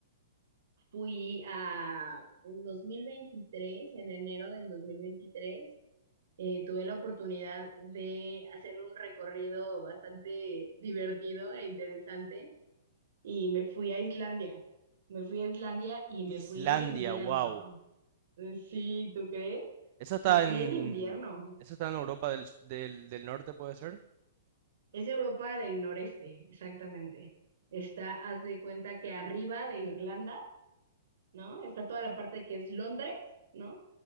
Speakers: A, on the right; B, on the right.
A: fui a, en 2023 en enero del 2023, eh, tuve la oportunidad de hacer un recorrido bastante divertido e interesante y me fui a Islandia. Me fui a Islandia y me
B: Islandia,
A: fui en invierno.
B: wow.
A: Sí, ¿tú crees?
B: Eso está
A: Me fui
B: en,
A: en invierno.
B: eso está en Europa del, s- del, del Norte, ¿puede ser?
A: Es Europa del noreste, exactamente. Está, haz de cuenta que arriba de Irlanda, ¿no? Está toda la parte que es Londres, ¿no?